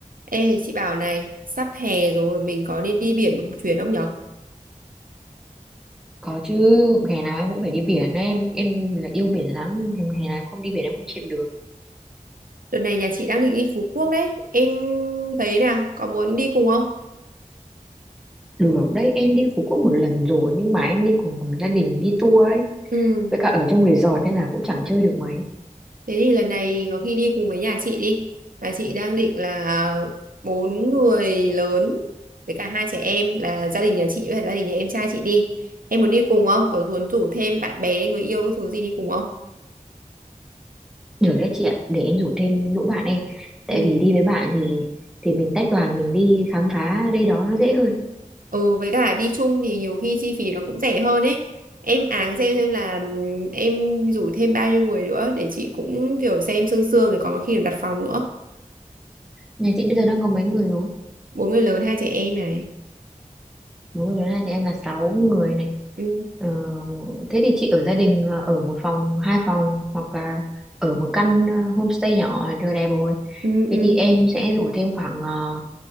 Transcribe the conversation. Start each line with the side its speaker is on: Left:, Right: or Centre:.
Right: Ê chị bảo này, sắp hè rồi mình có nên đi biển một chuyến không nhở?
Centre: Có chứ, hè nào em cũng phải đi biển ấy. em em là yêu biển lắm, em hè nào em không đi biển em không chịu được.
Right: Đợt này nhà chị đang định đi Phú Quốc đấy, em thấy nào, có muốn đi cùng không?
Centre: Được đấy, em đi Phú Quốc một lần rồi nhưng mà em đi cùng gia đình đi tour ấy,
Right: Ừ,
Centre: với cả ở trong resort nên là cũng chẳng chơi được mấy.
Right: thế thì lần này có khi đi cùng với nhà chị đi. Nhà chị đang định là bốn người lớn với cả hai trẻ em là gia đình nhà chị với cả gia đình nhà em trai chị đi. Em muốn đi cùng không? Có muốn rủ thêm bạn bè, người yêu, cái thứ gì đi cùng không?
Centre: Được đấy chị ạ, để em rủ thêm lũ bạn em. Tại
Right: Ừ.
Centre: vì đi với bạn thì thì mình tách đoàn mình đi khám phá đây đó nó dễ hơn.
Right: Ừ với cả đi chung thì nhiều khi chi phí nó cũng rẻ hơn ấy. Em áng xem xem là ừm, em rủ thêm bao nhiêu người nữa để chị cũng kiểu xem sương sương rồi còn có khi là đặt phòng nữa.
Centre: Nhà chị bây giờ đang có mấy người rồi?
Right: Bốn người lớn hai trẻ em này.
Centre: bố của Tuấn hai chị em là sáu người này
Right: Ừ
Centre: ờ, thế thì chị ở gia đình là ở một phòng hai phòng hoặc là ở một căn ờ, homestay nhỏ là vừa đẹp rồi
Right: ừ
Centre: thế
Right: ừ.
Centre: thì em sẽ rủ thêm khoảng uh,